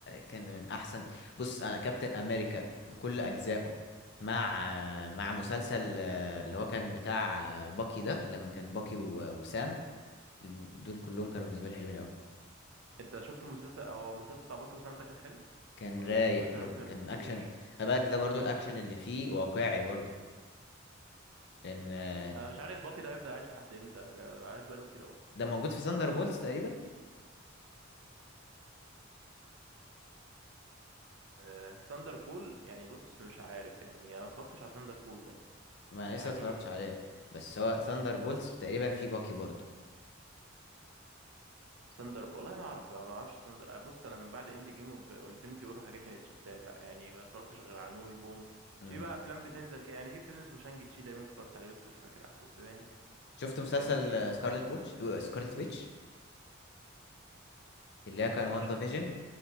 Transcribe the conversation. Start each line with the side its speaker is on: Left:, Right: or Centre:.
Left: كان من احسن بص انا كابتن امريكا بكل اجزائه مع مع مسلسل آه، اللي هو كان بتاع آه، باكي ده لما كان باكي و- وسام الم- دول كلهم كانوا بالنسبه لي حلوين قوي
Right: انت شفت المسلسل او المسلسل بتاع باكي وسام ده كان حلو
Left: كان
Right: ولا
Left: رايق
Right: ايه ده عشان
Left: برضو
Right: لسه ما
Left: كان
Right: شفتوش
Left: اكشن خلي بالك ده برضو الاكشن اللي فيه واقعي برضو لان آه،
Right: انا مش عارف باكي ده هيفضل عايش لحد امتى عايش بقاله كتير قوي
Left: ده موجود في ثاندر بولتس تقريبا
Right: أه ساندر بول يعني بص مش عارف يعني انا ما اتفرجتش على ساندر بول ده
Left: ما انا لسه
Right: يعني
Left: ما اتفرجتش عليه بس هو ثاندر بولتس تقريبا فيه باكي برضو
Right: ساندر والله ما اعرف ما اعرفش ساندر آه، بص انا من بعد اند جيم وانفينيتي وور والحاجات دي ما بقتش بتابع يعني ما اتفرجتش غير على نو هوم
Left: امم
Right: في بقى افلام بتنزل كده يعني في فيلم اسمه شانج تشي تقريبا اتفرجت عليه بس مش فاكر احداثه يعني
Left: شفت مسلسل
Right: فاهمني
Left: سكارلت ووتش سكارلت ويتش اللي هي كان واندا
Right: انا شفت
Left: فيجن